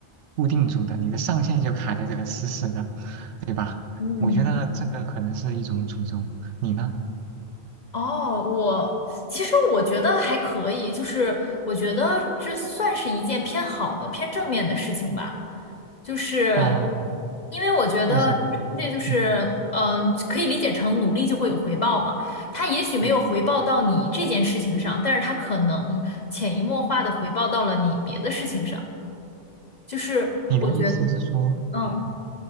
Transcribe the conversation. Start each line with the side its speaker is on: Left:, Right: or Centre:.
Right: 固定住的，你的上限就卡在这个死死的，对吧？
Left: 嗯，
Right: 我觉得这个可能是一种诅咒。你呢？
Left: 哦，我其实我觉得还可以，就是我觉得这算是一件偏好的、偏正面的事情吧。就是
Right: 哦，
Left: 因为我觉得这个世界就是，
Right: 为什么呢？嗯
Left: 嗯，可以理解成努力就会有回报嘛。它也许没有回报到你这件事情上，
Right: 嗯，
Left: 但是它可能潜移默化的回报到了你别的事情上。就是我觉得，
Right: 你的意思是说，
Left: 嗯，
Right: 嗯。